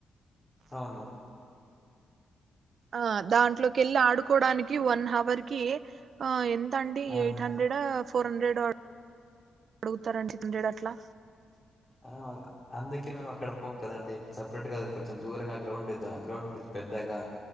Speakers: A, on the left; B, on the right.
A: అవును
B: ఆ దాంట్లోకి వెళ్ళి ఆడుకోడానికి వన్ హవర్ కి ఆ ఎంత అండి
A: ఆహాహా!
B: ఎయిట్ హండ్రెడ్ ఓ ఫోర్ హండ్రెడ్ ఓ అడుగుతారండి హండ్రెడ్ అట్లా
A: ఆ అందుకే మేము అక్కడ పోం కదండి సపరేట్ గా అది కొంచెం దూరంగా కా గ్రౌండ్ ద గ్రౌండ్ ఉంటది పెద్దగా